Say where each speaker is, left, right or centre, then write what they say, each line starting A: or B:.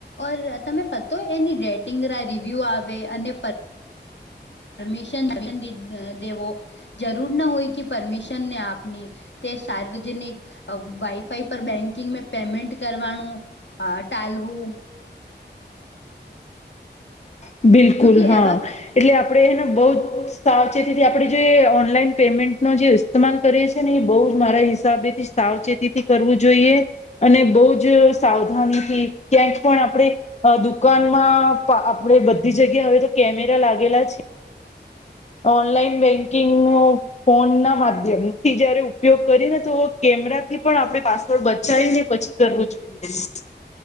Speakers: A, on the left (about 80°); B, on the left (about 40°).
A: ઓર તમે પતો એની ડેટિંગ રિવ્યુ આવે અને પ પરમિશનન <unintelligible> દેવો જરૂર ના હોય કે પરમિશનને આપની તે સાર્વજનિક વાઈફાઈ પર બેન્કિંગ પેમેન્ટ કરવાનું અ ટાલવું
B: બિલકુલ
A: ક્યુંકી
B: હ.
A: એવા
B: એટલે આપણેને બો જ સાવચેતીથી આપણે જો ઓનલાઈન પેમેન્ટનો જે સ્માટમાલ કરીએ છે ને એ બો જ મારા હિસાબેથી સાવચેતી થી કરવું જોઈએ અને બો જ સાવધાનીથી ક્યાંક પણ આપણે અ દુકાનમાં આપણે બધી જગ્યા હવે તો કેમેરા લાગેલા છે. ઓનલાઈન બેંકિંગનું ફોનના માધ્યમ થી જયારે ઉપયોગ કરીને તો કેમેરા થી પણ આપડે પાસ તો બચાવી ને પછી કરવું જોઈએ.